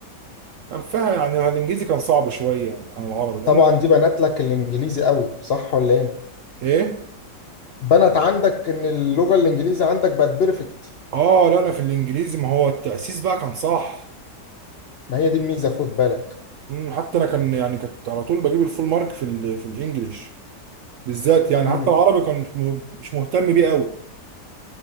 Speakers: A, on the right (about 75°); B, on the left (about 80°).
A: كان فيها يعني الانجليزي كان صعب شويه يعني عن العربي لان
B: طبعا دي بنت لك الانجليزي قوي صح ولا ايه
A: ايه
B: بنت عندك ان اللغه الانجليزي عندك بقت بيرفكت
A: اه لا انا في الانجليزي ما هو التاسيس بقى كان صح
B: ما هي دي الميزه خد بالك
A: مم، حتى انا كان يعني كنت على طول بجيب الفول مارك في ال... في الانجليش بالذات يعني
B: امم
A: حتى العربي كان م- مش مهتم بيه قوي